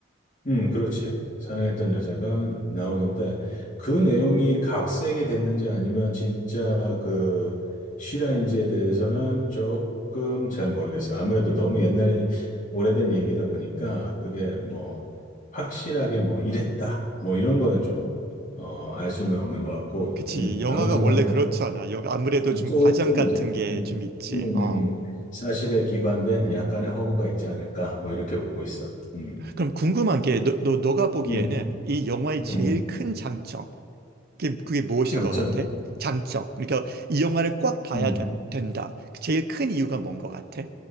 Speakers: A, on the left; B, on the right.
A: 음, 그렇지. 사랑했던 여자가 나오는데 그 내용이 각색이 됐는지 아니면 진짜 그 실화인지에 대해서는 조금 잘 모르겠어. 아무래도 너무 옛날 오래된 얘기다 보니까 그게 뭐 확실하게 뭐 이랬다 뭐 이런 거는 좀 어, 알 수는 없는 것 같고,
B: 그치.
A: 음,
B: 영화가
A: 아무튼
B: 원래
A: 간에
B: 그렇잖아. 여기 아무래도 좀
A: 조금
B: 과장 같은
A: 이제
B: 게
A: 음,
B: 좀 있지.
A: 음, 음,
B: 어.
A: 음. 사실에 기반된 약간의 허구가 있지 않을까 뭐 이렇게 보고 있어. 음,
B: 그럼 궁금한 게 너, 너, 너가 보기에는
A: 음,
B: 이 영화의
A: 음.
B: 제일 큰 장점. 그게, 그게 무엇인
A: 장점.
B: 것 같아? 장점. 그러니까 이 영화를 꽉 봐야
A: 음,
B: 된, 된다. 제일 큰 이유가 뭔 것 같아?